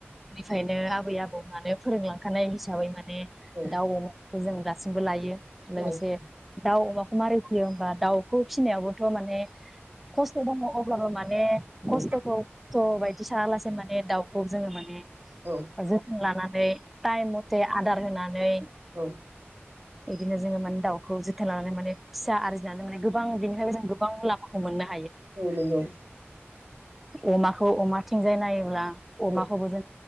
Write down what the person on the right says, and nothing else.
औ
लायो
औ
औ औ
औ
औ नंगौ
औ